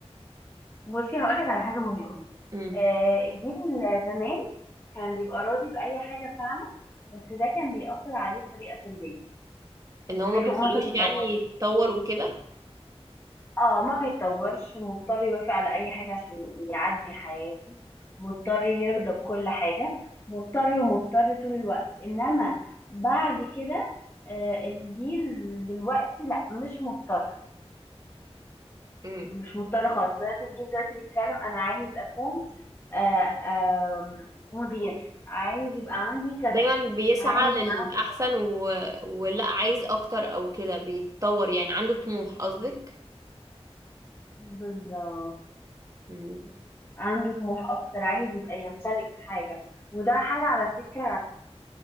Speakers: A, on the left (about 20°); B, on the right (about 35°).
A: بصي هقولك على حاجة مهمة
B: امم
A: آه الجيل زمان كان بيبقى راضي بأي حاجة فعلا بس ده كان بيأثر عليه بطريقة سلبية
B: ان هو
A: سلبية
B: ما بيخلوش
A: فوق ما تتصوري
B: يعني يتطور وكده
A: اه ما بيتطورش مضطر يوافق على أي حاجة عشان يعدي حياته مضطر يرضى بكل حاجة مضطر ومضطر طول الوقت إنما بعد كده آه الجيل دلوقتي لا مش مضطر
B: امم
A: مش مضطرة خالص دلوقتي الجيل دلوقتي بيتكلم أنا عايز أكون آه، آم، مدير عايز يبقى عندي كذا
B: دايما بيسعى
A: عايز
B: للأحسن
A: يبقى عندي
B: و... ولا عايز اكتر او كده بيتطور يعني عنده طموح قصدك
A: بالظبط
B: امم
A: عنده طموح أكتر عايز يبقى يمتلك حاجة وده حاجة على فكرة